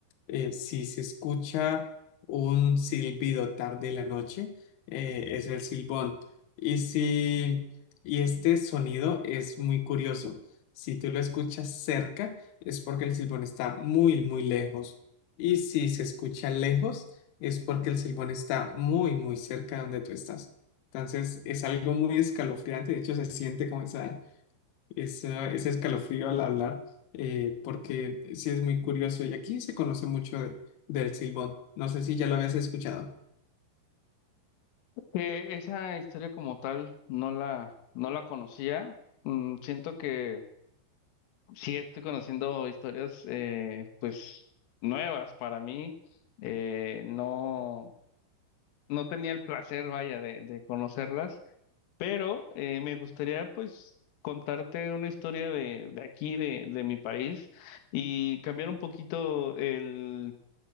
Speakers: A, on the left (about 65°); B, on the left (about 85°).
A: eh, si se escucha un silbido tarde en la noche, eh, es el silbón. Y si, y este sonido es muy curioso. Si tú lo escuchas cerca, es porque el silbón está muy, muy lejos. Y si se escucha lejos, es porque el silbón está muy, muy cerca de donde tú estás. Entonces, es algo muy escalofriante. De hecho, se siente como esa, esa- ese escalofrío al hablar, eh, porque sí es muy curioso. Y aquí se conoce mucho de- del silbón. No sé si ya lo habías escuchado.
B: Que esa historia como tal no la, no la conocía. Mm, siento que sí estoy conociendo historias eh, pues nuevas para mí. Eh, no, no tenía el placer, vaya, de, de conocerlas. Pero eh, me gustaría pues contarte una historia de, de aquí, de, de mi país, y cambiar un poquito el,